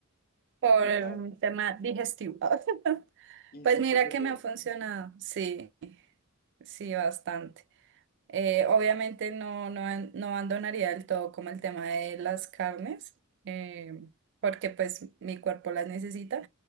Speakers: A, on the right; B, on the left.
A: por
B: ¿Y qué
A: un
B: tal?
A: tema digestivo. <laughs>
B: ¿Y
A: Pues
B: si
A: mira
B: te sirvió?
A: que me ha funcionado, sí, sí, bastante. Eh, obviamente no, no, an- no abandonaría del todo como el tema de las carnes, eh, porque pues mi cuerpo las necesita,